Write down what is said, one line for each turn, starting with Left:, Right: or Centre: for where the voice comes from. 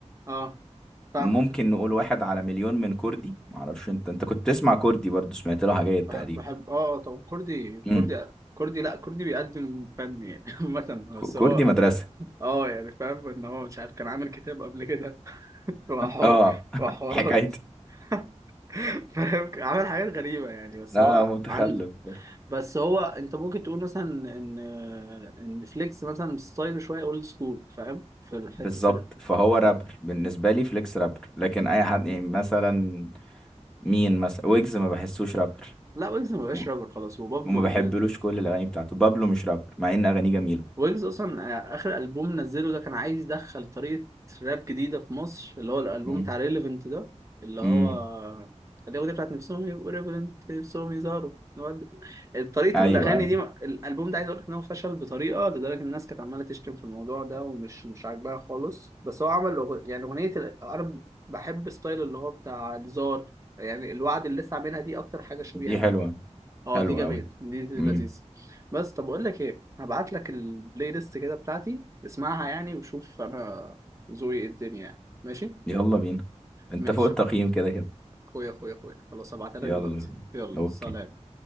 Right: اه فاهمك
Centre: ممكن نقول واحد على مليون من كردي معرفش انت انت كنت بتسمع كردي برضو سمعت لها حاجات
Right: بح-
Centre: تقريبا
Right: بحب اه طب كردي
Centre: امم
Right: كردي كردي لا كردي بيقدم فن يعني <laughs> عامة
Centre: ك-
Right: بس
Centre: كردي
Right: هو
Centre: مدرسة
Right: اه يعني فاهم ان هو مش عارف كان عامل كتاب قبل كده <laughs> وحوا-
Centre: اه <laughs>
Right: وحوارات
Centre: حكايتي
Right: <laughs> فاهم عامل حاجات غريبة يعني بس
Centre: لا
Right: هو
Centre: لا متخلف
Right: عنده
Centre: برضو
Right: بس هو انت ممكن تقول مثلا ان ان فليكس مثلا ستايل شويه اولد سكول فاهم في حته
Centre: بالظبط
Right: ال...
Centre: فهو رابر بالنسبة لي فليكس رابر لكن اي حد يعني مثلا مين مثلا ويجز ما بحسوش رابر
Right: لا ويجز ما بقاش
Centre: وم-
Right: رابر خلاص وبابلو
Centre: وما بحبلوش
Right: الناس
Centre: كل الاغاني بتاعته بابلو مش رابر مع ان اغانيه جميلة
Right: ويجز اصلا آه، اخر البوم نزله ده كان عايز يدخل طريقه راب جديده في مصر اللي هو الالبوم
Centre: امم
Right: بتاع ريليفنت ده اللي هو
Centre: امم
Right: الاغنيه بتاعت نفسهم يبقوا ريليفنت نفسهم يظهروا الواد- طريقه
Centre: ايوه
Right: الاغاني
Centre: ايوه
Right: دي الالبوم ده عايز اقول لك ان هو فشل بطريقه لدرجه ان الناس كانت عماله تشتم في الموضوع ده ومش مش عاجباها خالص بس هو عمل أغ- يعني اغنيه ال- انا بحب ستايل اللي هو بتاع الزار يعني الوعد اللي لسه عاملها دي اكتر حاجه شبيهه
Centre: دي
Right: ليه
Centre: حلوة
Right: اه
Centre: حلوة
Right: دي جميلة
Centre: قوي
Right: دي دي
Centre: امم
Right: لذيذة بس طب اقول لك ايه هبعت لك البلاي ليست كده بتاعتي اسمعها يعني وشوف انا ذوقي ايه الدنيا يعني ماشي
Centre: يلا بينا انت
Right: ماشي
Centre: فوق التقييم
Right: يا
Centre: كده كده
Right: اخويا اخويا اخويا اخويا خلاص هبعتها لك
Centre: يلا
Right: دلوقتي
Centre: بينا
Right: يلا
Centre: اوكي
Right: سلام